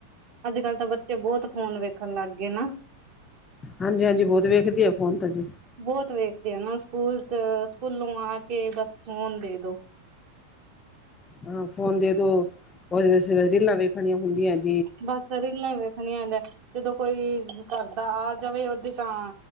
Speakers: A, on the right (about 45°); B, on the left (about 20°).
A: ਅੱਜ -ਕੱਲ ਤਾਂ ਬੱਚੇ ਬਹੁਤ ਫੋਨ ਵੇਖਣ ਲੱਗ ਗਏ ਨਾ।
B: ਹਾਂਜੀ -ਹਾਂਜੀ ਬਹੁਤ ਵੇਖਦੀ ਆ ਫੋਨ, ਤਾਂ ਜੇ
A: ਬਹੁਤ ਵੇਖਦੇ ਆ ਨਾ, ਸਕੂਲ ਚ ਸਕੂਲੋਂ ਆ ਕੇ ਬਸ ਫੋਨ ਦੇ ਦੋ।
B: ਹਾਂ, ਫੋਨ ਦੇਦੋ ਉਹਦੇ ਵਿੱਸ ਰੀਲਾਂ ਵੇਖਣੀਆਂ ਹੁੰਦੀਆਂ ਨੇ।
A: ਬਸ ਰੀਲਾਂ ਹੀ ਵੇਖਣੀਆਂ ਨੇ, ਜਦੋਂ ਕੋਈ ਘਰਦਾ ਆ ਜਾਵੇ ਉਦੋਂ ਤਾਂ